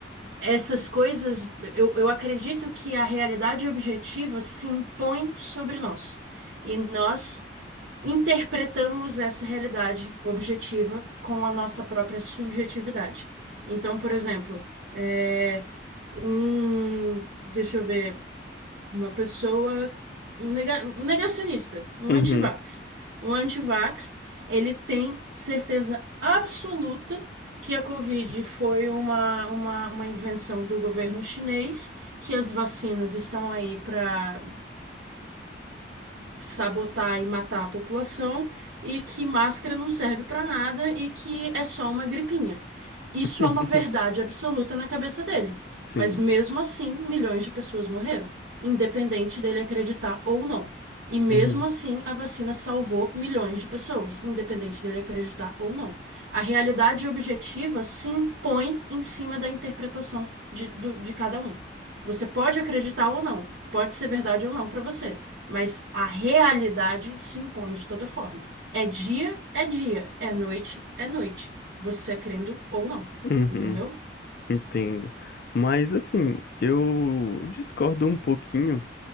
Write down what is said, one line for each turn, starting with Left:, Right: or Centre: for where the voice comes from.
Right: essas coisas, eu, eu acredito que a realidade objetiva se impõe sobre nós. E nós interpretamos essa realidade objetiva com a nossa própria subjetividade. Então, por exemplo, é, um, deixa eu ver. Uma pessoa, um nega- um negacionista, um
Left: Uhum.
Right: antivax. Um antivax, ele tem certeza absoluta que a Covid foi uma, uma, uma invenção do governo chinês, que as vacinas estão aí para sabotar e matar a população e que máscara não serve pra nada e que é só uma gripinha. Isso
Left: <laughs>
Right: é uma verdade absoluta na cabeça dele.
Left: Sim.
Right: Mas mesmo assim, milhões de pessoas morreram, independente dele acreditar ou não. E mesmo
Left: Uhum.
Right: assim, a vacina salvou milhões de pessoas, independente dele acreditar ou não. A realidade objetiva se impõe em cima da interpretação de, do- de cada um. Você pode acreditar ou não, pode ser verdade ou não pra você. Mas a realidade se impõe de toda forma. É dia, é dia. É noite, é noite. Você é crendo ou não.
Left: Uhum.
Right: Entendeu?
Left: Entendo. Mas, assim, eu discordo um pouquinho,